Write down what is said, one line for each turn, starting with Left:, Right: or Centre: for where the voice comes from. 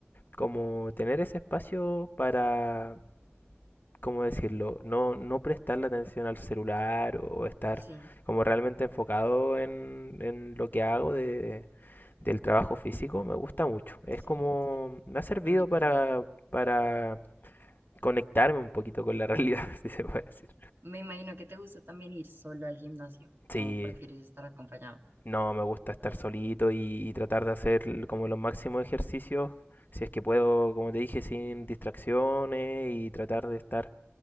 Left: como tener ese espacio para, ¿cómo decirlo? No, no prestarle atención al celular o estar
Right: Sí,
Left: como realmente enfocado en, en lo que hago de, del trabajo físico, me gusta mucho. Es
Right: sí,
Left: como, me ha servido
Right: a mí
Left: para,
Right: también.
Left: para conectarme un poquito con la realidad, <laughs> si se puede decir.
Right: Me imagino que te gusta también ir solo al gimnasio
Left: Sí,
Right: o prefieres estar acompañado.
Left: no, me gusta estar solito y, y tratar de hacer l- como los máximos ejercicios, si es que puedo, como te dije, sin distracciones y tratar de estar